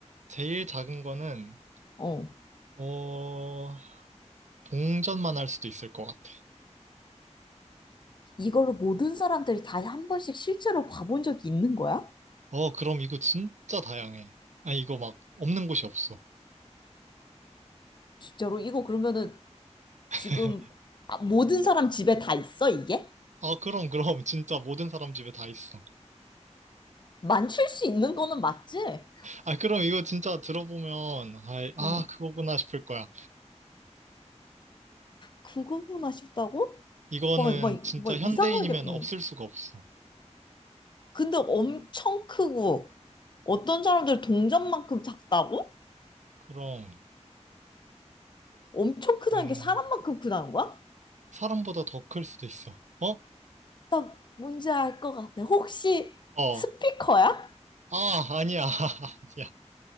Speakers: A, on the right; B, on the left.
A: 제일 작은 거는,
B: 어.
A: 어, 동전만 할 수도 있을 것 같아.
B: 이걸로 모든 사람들이 다 한 번씩 실제로 봐본 적이 있는 거야?
A: 어, 그럼 이거 진짜 다양해. 아, 이거 막 없는 곳이 없어.
B: 진짜로? 이거 그러면은
A: <laughs>
B: 지금 아, 모든 사람 집에 다 있어, 이게?
A: 아, 그럼, 그럼. 진짜 모든 사람 집에 다 있어.
B: 만질 수 있는 거는 맞지?
A: 아, 그럼 이거 진짜 들어보면, 아, 아,
B: 어.
A: 그거구나 싶을 거야.
B: 그거구나 싶다고?
A: 이거는
B: 막, 막,
A: 진짜
B: 막
A: 현대인이면
B: 이상하게, 응.
A: 없을 수가 없어.
B: 근데 엄청 크고 어떤 사람들 동전만큼 작다고?
A: 그럼,
B: 엄청 크다는
A: 음,
B: 게 사람만큼 크다는 거야?
A: 사람보다 더 클 수도 있어. 어?
B: 나 뭔지 알 것 같아. 혹시
A: 어.
B: 스피커야?
A: 아, 아니야. <laughs> 아니야.